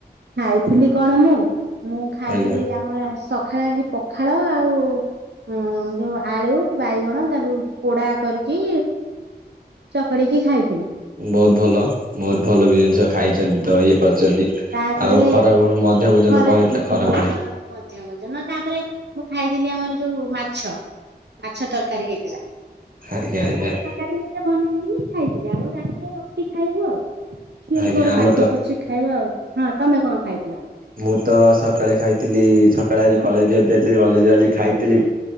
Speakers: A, on the right (about 85°); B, on the right (about 55°).
A: ଖାଇଥିଲି କଣ ମୁଁ ମୁଁ ଖାଇଥିଲି
B: ଆଜ୍ଞା।
A: ଆମର ସ ପଖାଳ ଆଜି ପଖାଳ ଆଉ ହଁ ଯୋଉ ଆଳୁ ବାଇଗଣ ତାକୁ ପୋଡା କରିକି ଚକଡି କି ଖାଇ
B: ବୋହୁତ ଭଲ ବୋହୁତ ଭଲ
A: ଆଉ
B: ବି ଜିନିଷ ଖାଇଛନ୍ତି। ତ ଇଏ କରିଛନ୍ତି।
A: ତାପରେ
B: ଆଉ ଖରା ମଧ୍ୟାହ୍ନ ଭୋଜନ
A: ଖରା
B: କଣ ହେଇଥିଲା ଖରାବେଳେ?
A: ମ ଆଉ ମଧ୍ୟ ଭଜନ ତାପରେ ତାପରେ ମୁଁ ଖାଇଥିଲି ଆମର ଯୋଉ ମାଛ। ମାଛ ତରକାରୀ ହେଇଥିଲା
B: ଆଜ୍ଞା ଆଜ୍ଞା
A: ମାଛ ତରକାରୀ ନିଜେ ବନେଇ ଖାଇଥିଲି ଆଗ ରାତିରେ ରୁଟି ଖାଇବୁ ଆଉ ଝିଅ
B: ଆଜ୍ଞା
A: <unintelligible>
B: ଆମେ ମୁଁ ତ
A: ଖାଇବ ଆଉ ହଁ ତମେ କଣ ଖାଇଥିଲ
B: ମୁଁ ତ ସକାଳେ ଖାଇଥିଲି ସକାଳେ ଆଜି କଲେଜ ଯଥିଲି କଲେଜ ଆଜି ଖାଇଥିଲିଁ